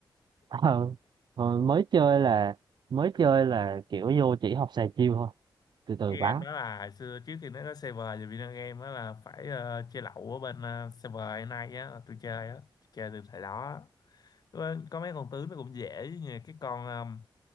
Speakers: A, on the right; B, on the left.
A: Ờ, ờ, mới chơi là mới chơi là kiểu vô chỉ học xài chiêu thôi từ từ
B: cái
A: bắn
B: game đó là hồi xưa trước khi nó có server về video game đó là phải ờ, chơi lậu ở bên uh, server hiện nay á là tôi chơi á tôi chơi từ thời đó á. Lúc đó có mấy con tướng nó cũng dễ như cái con um,